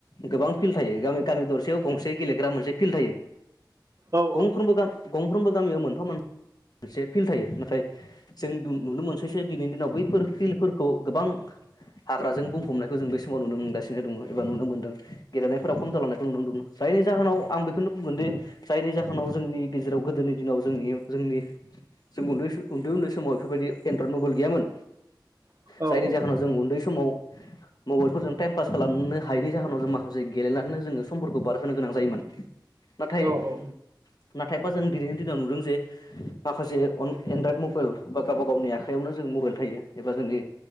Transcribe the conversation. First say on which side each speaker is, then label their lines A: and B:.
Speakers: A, on the left (about 55°); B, on the right (about 45°).
A: गोबां फिल्ड थायो, गामि गामि दरसेयाव गंसे गेलेग्रा मोनसे फिल्ड थायो।
B: औ
A: गंफ्रोमबो गा गंफ्रोमबो गामियाव मोन फा मोनसे फिल्ड थायो। नाथाय जों नुनो मोनसैसो दिनैनि दिनाव बैफोर फिल्डफोरखौ गोबां हाग्राजों बुंफबनायखौ जों बे स समाव नुनो मोनगासिनो दङ एबा नुनो मोनदों। गेलेनायफोराव खम जालांनाय नुनो मोनदोङो। जायनि जाहोनाव आं बेखौनो बुंगोन दि जायनि जाहोनाव जोंनि गेजेराव गोदोनि दिनाव जोंनि जोंनि जों उन्दै उन्दै उन्दै समाव बेफोरबायदि एनड्रइड मबाइल गैयामोन।
B: औ
A: जायनि
B: औ औ
A: जाहोनाव जों उन्दै समाव <inaudible> मबाइलफोरजों टाइम पास खालामनो हायिनि जाहोनाव जों माखासे गेलेनानैनो जोङो समफोरखौ बारहोनो गोनां जायोमोन। नाथाय
B: औ औ।
A: नाथायबा जों दिनैनि दिनाव नुदों जे माखासे अन एनड्रयड मब मबाइल बा गावबा गावनि आखाइयावनो जों मबाइल थायो एबा जोंनि